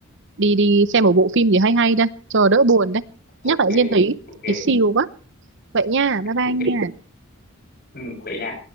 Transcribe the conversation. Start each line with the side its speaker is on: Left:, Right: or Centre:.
Right: đi đi xem một bộ phim gì hay hay đây cho đỡ buồn đấy nhắc
Left: ok
Right: lại Diên thấy
Left: ok
Right: thấy xìu quá vậy nha bye bye
Left: ok
Right: nha
Left: ừ, vậy nha